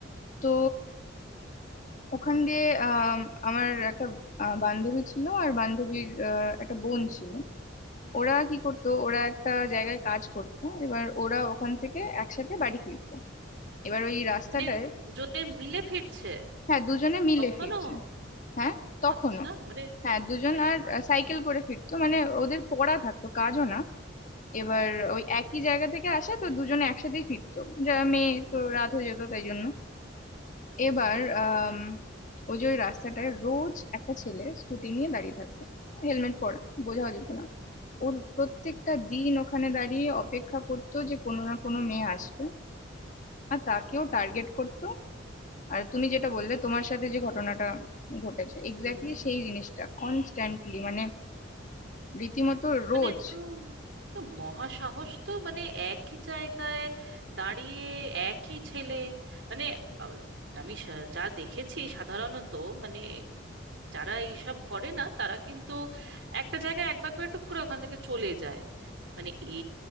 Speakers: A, on the left; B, on the right.
A: তো ওখান দিয়ে আম, আমার একটা আহ, বান্ধবী ছিল আর বান্ধবীর আহ, একটা বোন ছিল ওরা কি করতো ওরা একটা জায়গায় কাজ করতো এবার ওরা ওখান থেকে একসাথে বাড়ি ফিরতো এবার ওই রাস্তাটায়
B: মানে দুজনে মিলে ফিরছে
A: হ্যাঁ দুজনে মিলে
B: কখনো
A: ফিরছে হ্যাঁ তখনও
B: আচ্ছা মানে
A: হ্যাঁ দুজন
B: মাই
A: আর
B: গড
A: আহ, সাইকেল করে ফিরতো মানে ওদের পড়া থাকতো কাজও না এবার ওই একই জায়গা থেকে আসে তো দুজনে একসাথেই ফিরতো যা মেয়ে তো রাত হয়ে যেত তাই জন্য এবার আম, ওই যে ওই রাস্তাটায় রোজ একটা ছেলে স্কুটি নিয়ে দাঁড়িয়ে থাকতো হেলমেট পরা বোঝাও যেত না ওর প্রত্যেকটা দিন ওখানে দাঁড়িয়ে অপেক্ষা করতো যে কোনো না কোনো মেয়ে আসবে আর তাকেও টার্গেট করতো আর তুমি যেটা বললে তোমার সাথে যে ঘটনাটা ঘটেছে এক্স্যাক্টলি
B: হুম
A: সেই জিনিসটা কনস্ট্যান্টলি মানে রীতিমতো রোজ
B: মানে তো তো মহাসাহস তো মানে একই জায়গায় দাঁড়িয়ে একই ছেলে মানে আহ, আমি সা- যা দেখেছি সাধারণত মানে যারা এইসব করে না তারা কিন্তু একটা জায়গায় একবার করে টুক করে ওখান থেকে চলে যায় মানে এ